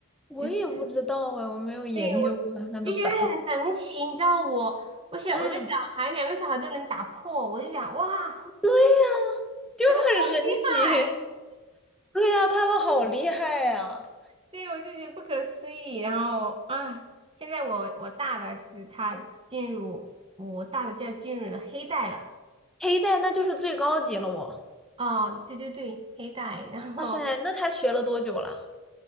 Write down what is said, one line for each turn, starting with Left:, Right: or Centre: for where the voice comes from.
Centre: 我也不知道哎，
Right: 就是
Centre: 我没有研究过他的板。
Right: 对我就觉得很神奇，你知道我我小我家小孩两个小孩都能打破，
Centre: 嗯，
Right: 我就想哇，
Centre: 对呀，就很神奇。
Right: 怎么这么厉害？
Centre: 对呀，他们好厉害呀！
Right: 对，我就觉得不可思议。然后啊，现在我我大的就是他进入我大的就要进入了黑带了。
Centre: 黑带那就是最高级了我。
Right: 哦，对对对，黑带，然后
Centre: 哇塞，那他学了多久了？